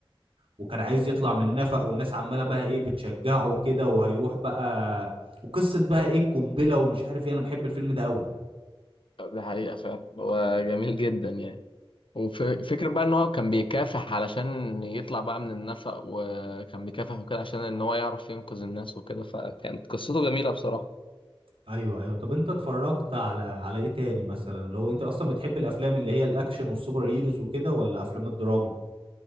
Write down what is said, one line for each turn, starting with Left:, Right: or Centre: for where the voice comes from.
Right: وكان عايز يطلع من نفق والناس عماله بقى ايه بتشجعه وكده وهيروح بقى وقصه بقى ايه القنبله ومش عارف ايه انا بحب الفيلم ده قوي
Left: آه، ده حقيقة فعلا هو جميل جدا يعني وفكرة بقى إن هو كان بيكافح علشان يطلع بقى من النفق وكان بيكافح وكده عشان إن هو يعرف ينقذ الناس وكده فكانت قصته جميلة بصراحة
Right: ايوه ايوه طب انت اتفرجت على على ايه تاني مثلا اللي هو انت اصلا بتحب الافلام اللي هي الاكشن والسوبر هيروز وكده ولا افلام الدراما